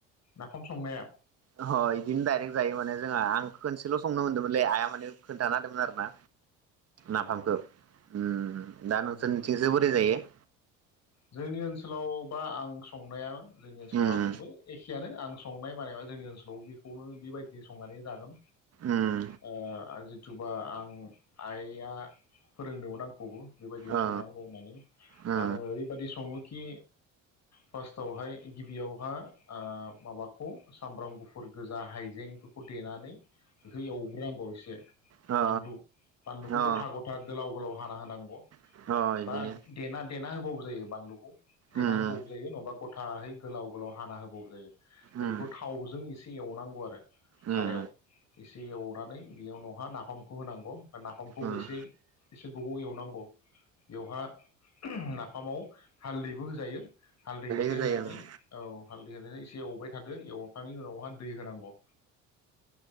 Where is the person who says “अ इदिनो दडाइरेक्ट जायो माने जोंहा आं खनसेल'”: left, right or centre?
Right